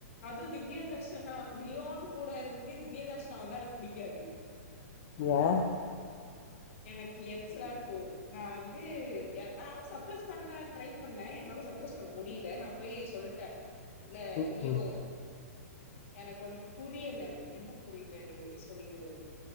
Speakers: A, on the left; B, on the left.
A: அதுவு திவ்யா தர்ஷனா லியோன் கூட இருந்து திவ்ய தர்ஷனா வந்தா எனக்கு புடிக்காது
B: யா
A: எனக் எரிச் சலா இருக்கு நா வந்து ய நானு சப்ரைஸ் பண்ண டரை பண்ண என்னால சப்ரைஸ் பண்ண முடியில நா போய் சொல்ட்ட இல்ல
B: ம்
A: லியோ
B: ம்
A: எனக்கு ஒண்ணு புரியல என்ன புரிலடி சொல்லு